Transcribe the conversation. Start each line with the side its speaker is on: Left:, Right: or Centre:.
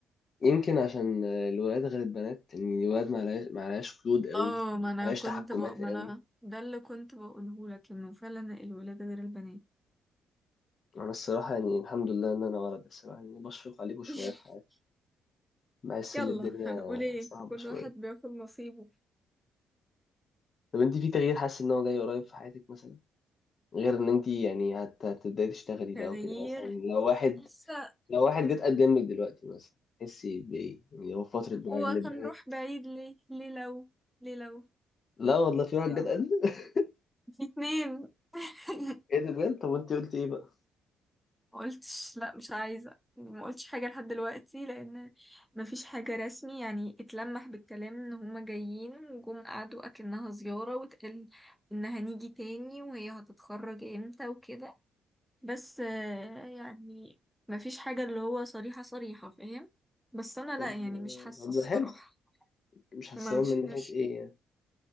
Left: يمكن عشان الولاد غير البنات ان الولاد ما عليهاش ما عليهاش قيود قوي
Centre: اه
Left: ما
Centre: ما انا
Left: عليهاش
Centre: كنت
Left: تحكمات
Centre: بق... ما
Left: قوي
Centre: انا ده اللي كنت بقوله لك انه فعلا الولاد غير البنات
Left: انا الصراحه يعني الحمد لله ان انا ولد الصراحه يعني بشفق عليكم شويه
Centre: <laughs>
Left: في حياتي بحس
Centre: يلا
Left: ان الدنيا
Centre: هنقول ايه
Left: صعبه
Centre: كل
Left: شويه
Centre: واحد بياخد نصيبه
Left: طب انت في تغيير حاسس ان هو جاي قريب في حياتك مثلا غير ان انت يعني هت- هتبداي تشتغلي
Centre: تغيير
Left: بقى وكده مثلا لو واحد
Centre: لسه
Left: لو واحد جه اتقدم لك دلوقتي مثلا تحسي بايه يعني هو فتره بقى
Centre: وهنروح
Left: ان البنات
Centre: بعيد ليه ليه لو ليه لو
Left: لا والله في واحد
Centre: يعني
Left: جه اتقدم <laughs>
Centre: في اتنين <laughs>
Left: ايه ده بجد طب وانت قلت ايه بقى
Centre: ما قلتش لا مش عايزة يعني ما قلتش حاجة لحد دلوقتي لأن ما فيش حاجة رسمي يعني اتلمح بالكلام إن هما جايين وجم قعدوا أكنها زيارة واتقال إن هنيجي تاني وهي هتتخرج إمتى وكده بس آه، يعني ما فيش حاجة اللي هو صريحة صريحة فاهم بس أنا
Left: طب
Centre: لا يعني مش حاسة
Left: طب
Centre: الصراحة
Left: ده حلو مش حاسه
Centre: ما مش
Left: من ناحيه
Centre: مش
Left: ايه يعني